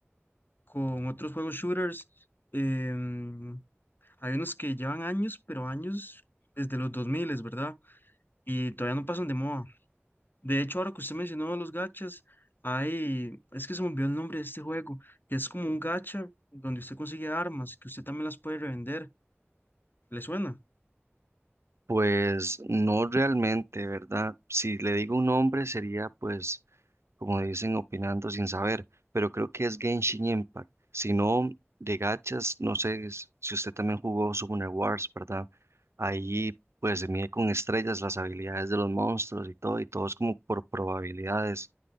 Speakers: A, on the left; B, on the right.
A: con otros juegos shooters, em, hay unos que llevan años, pero años desde los 2000, ¿verdad? Y todavía no pasan de moda. De hecho, ahora que usted mencionó los gachas, hay, es que se me olvidó el nombre de este juego, que es como un gacha donde usted consigue armas, que usted también las puede revender. ¿Le suena?
B: Pues no realmente, ¿verdad? Si le digo un nombre sería pues como dicen, opinando sin saber, pero creo que es Genshin Impact. Si no, de gachas, no sé s- si usted también jugó Summoner Wars, ¿verdad? Ahí pues se mide con estrellas las habilidades de los monstruos y todo, y todo es como por probabilidades.